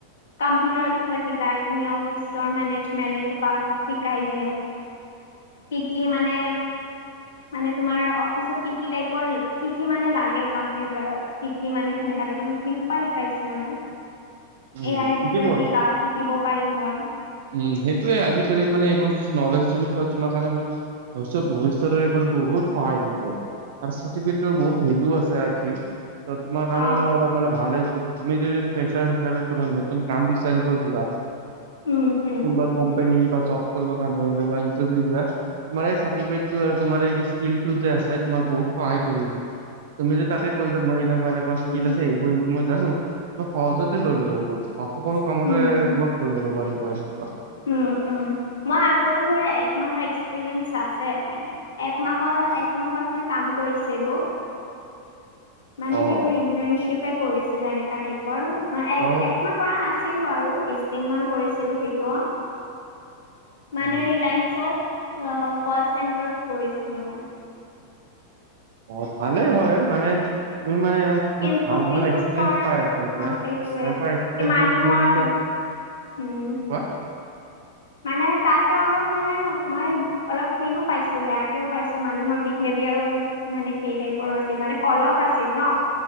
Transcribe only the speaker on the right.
উম
ঠিকে
কথা
উম সেইটোয়ে আজিকালি মানে এইবোৰ য নলেজ যদি পোৱা তোমাৰ কাৰণে মান ভৱিষ্যতৰ এইবোৰ বহুত সহায় দিব আৰু চাৰ্টিফিকেটো বহুত ভেলো আছে আইথিং। ত তোমাৰ কাৰণে
অলপ মানে ভালে হৈ- তুমি যদি ফ্ৰেচাৰ হিচাপে কৰা নতুন কাম বিচাৰিব যোৱা।
কোনবা কম্পেনী বা জব কৰিবৰ কাৰণে এনেকুৱা ইণ্টাৰ্ভিও যোৱা তোমাৰ এই চাৰ্টিফিকেটো আৰু তোমাৰ এই স্কিলটো যে আছে তোমাৰ বহুত সহায় কৰিব। তুমি যে তাতে কৈ যা মই এনেকুৱা এনেকুৱা স্কিল
আছে সেইবোৰ এইবোৰ মই জানো। অলপ সহজতে লৈ ল'ব বুজ সকলো কামতে
তোমাক লৈ ল'ব পাৰিব এনেক।
অ
ত
উম
অ ভালে হয় মানে তুমি মানে এ বহুত
ভাল
ভাল এক্সপিৰিয়েঞ্চ
পাই আছা এতিয়া
এনেকুৱা এক্সিয়েঞ্চ
তুমি যেতিয়া
পোৱা